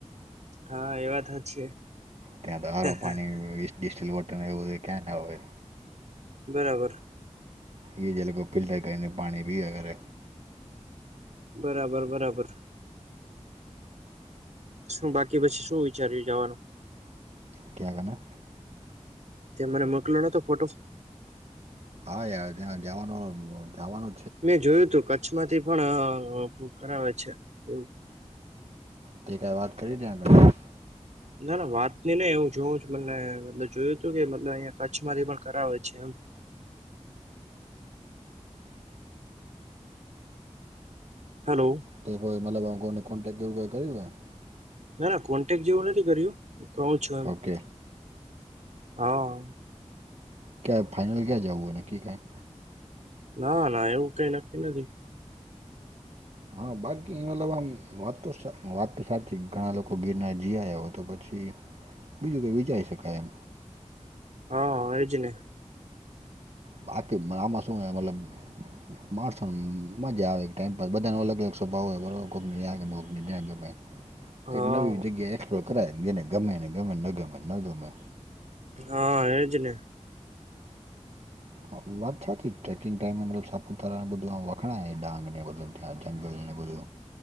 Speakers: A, on the right (about 80°); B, on the right (about 60°).
A: હા એ વાત હાચી
B: ત્યાં તો હારો
A: હે.
B: પાણી વી ડિસ્ટિલ વોટર ને એવું ક્યાં ના હોય.
A: બરાબર.
B: એ જલ કો ફિલ્ટર કરીને પાણી પિયા કરે.
A: બરાબર, બરાબર. શું બાકી પછી શું વિચાર્યું જવાનું?
B: ક્યાં ગના?
A: જે મને મોકલો નો તો ફોટો.
B: હા, યાર ત્યાં જવાનો અહ જવાનો
A: મેં જોયું તું કચ્છમાંથી પણ અહ કરાવે છે એવું.
B: તે ક્યાં વાત કરી ત્યાં આગળ.
A: ના ના વાત ની નહીં હું જોઉં છું મને જોયું તું કે મત અહંયા કચ્છમાંથી પણ કરાવે છે એમ. હલો.
B: તે કોઈ મતલબ કોઈને કોન્ટેક્ટ કરવું કોઈ કર્યું હૈ.
A: ના ના કોન્ટેક્ટ જેવું નથી કર્યું કઉ છું
B: હે
A: એમ
B: ઓકે
A: હા.
B: કેબ ફાઇનલ કા જવું એ નકી કાઈ
A: ના ના એવું કઈ નક્કી નથી.
B: હા બાકી મતલબ આમ વાત તો વાત તો સાચી ઘણા લોકો ગિરનાર જી આયો તો પછી. બીજું કઈ વિચારી શકાય એમ.
A: હ એ જ ને.
B: પાક મા માસું એ મતલબ માણસોનું મજા આવે ટાઈમપાસ બધાનો અલગ અલગ સ્વભાવ હોય વરર કોક ને આ ગમે કોક ને ત્યાં ગમે
A: હા
B: એક નવી જગ્યા એક્સપ્લોર કરાય જેને ગમે ને ગમે ન ગમે ન ગમે.
A: હા એજ ને.
B: હા વાદ સા થ ટ્રેકિંગ ટાઈમેમાં મતલબ સાપુતારા ને આમ બધુ વખણાઈ ડાંગ ને મતલબ થયા જંગલ ને બધુ